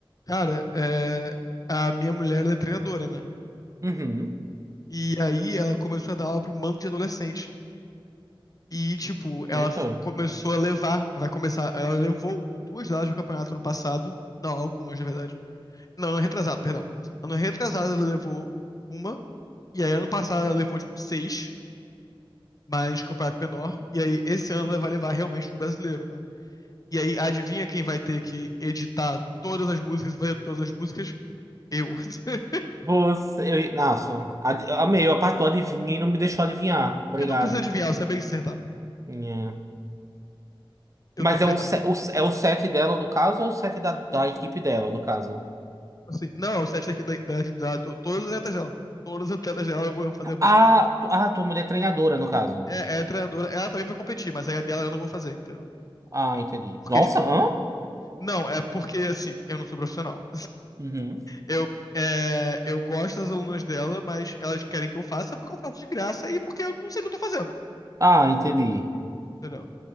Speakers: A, on the left (about 40°); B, on the right (about 35°).
A: Cara, é, a minha mulher, ela é treinadora, né?
B: Uhum.
A: E aí ela começou a dar aula para um bando de adolescente. E, tipo,
B: Eita.
A: ela f- começou a levar, vai começar, ela levou duas delas pro campeonato no passado. Não, algumas, na verdade. Não, ano retrasado, perdão. Ano retrasado ela levou uma, e aí ano passado ela levou, tipo, seis, mas campeonato menor. E aí esse ano ela vai levar realmente o brasileiro, né? E aí adivinha quem vai ter que editar todas as músicas e fazer todas as músicas? Eu. <laughs>
B: Boas, eu, nossa, ad- eu amei, a parte do adivinha e não me deixou adivinhar.
A: Porque
B: Obrigado.
A: não precisa adivinhar, eu sabia que ia acertar.
B: Minha-
A: eu
B: Mas
A: tô ferrada.
B: é o, se- o se- é o set dela, no caso, ou é o set da, da equipe dela, no caso?
A: Assim, não, o set daqui da, da, da- to- todas as atletas dela. Todas as atletas dela eu vou fazer a música.
B: Ah, tu- ah, tua mulher é treinadora, no caso.
A: É, é a treinadora, ela também vai competir, mas aí a dela eu não vou fazer, entendeu?
B: Ah, entendi.
A: Porque,
B: Nossa,
A: tipo,
B: hã?
A: não, é porque assim, eu não sou profissional.
B: Uhum.
A: Eu, é, eu gosto das alunas dela, mas elas querem que eu faça porque eu faço de graça e porque eu não sei o que eu tô fazendo,
B: Ah, entendi.
A: entendeu?